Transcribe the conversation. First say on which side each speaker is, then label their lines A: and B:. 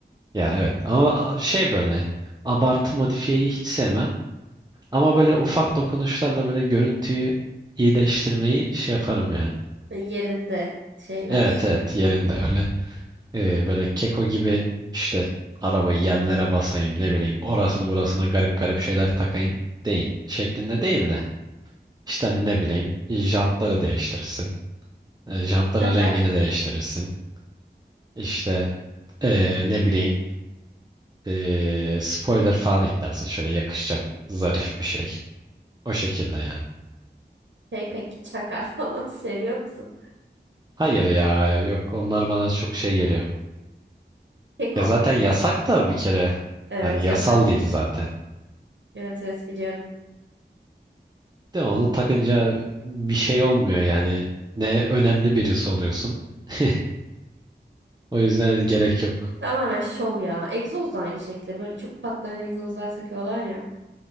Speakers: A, on the right; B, on the right.
A: Ya evet ama şey böyle abartı modifiyeyi hiç sevmem. Ama böyle ufak dokunuşlarla böyle görüntüyü iyileştirmeyi şey yaparım yani.
B: Yani yerinde şeyler.
A: Evet evet yerinde öyle. Ee, böyle keko gibi işte arabayı yerlere basayım ne bileyim orasını burasına garip garip şeyler takayım değil şeklinde değil de işte hani ne bileyim jantları değiştirirsin. E, jantların
B: Çakar.
A: rengini değiştirirsin. İşte e, ne bileyim e, spoiler falan eklersin şöyle yakışacak zarif bir şey. O şekilde yani.
B: Şey peki çakar <laughs> falan seviyor musun?
A: Hayır ya yok onlar bana çok şey geliyor.
B: Keko.
A: Ya zaten yasak da bir kere.
B: Evet
A: Hani yasal
B: yasak.
A: değil zaten.
B: Evet evet biliyorum.
A: De onu takınca bir şey olmuyor yani. Ne önemli birisi oluyorsun. <laughs> O yüzden gerek yok.
B: Tamamen şov ya. Egzoz da aynı şekilde. Böyle çok patlayan egzozlar takıyorlar ya.